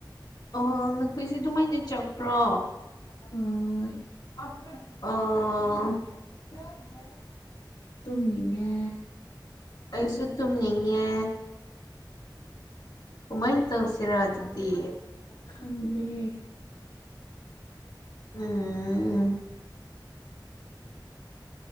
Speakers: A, on the left; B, on the left.
A: ꯑꯣ ꯅꯈꯣꯏꯁꯦ ꯑꯗꯨꯃꯥꯏꯅ ꯆꯄ꯭ꯔꯣ
B: ꯍꯣꯢ
A: ꯑꯣ
B: ꯇꯨꯝꯅꯤꯡꯉꯦ
A: ꯑꯩꯁꯨ ꯇꯨꯝꯅꯤꯡꯉꯦ ꯀꯃꯥꯏ ꯇꯧꯁꯤꯔꯥ ꯑꯗꯨꯗꯤ
B: ꯈꯪꯗꯦ
A: ꯎꯝ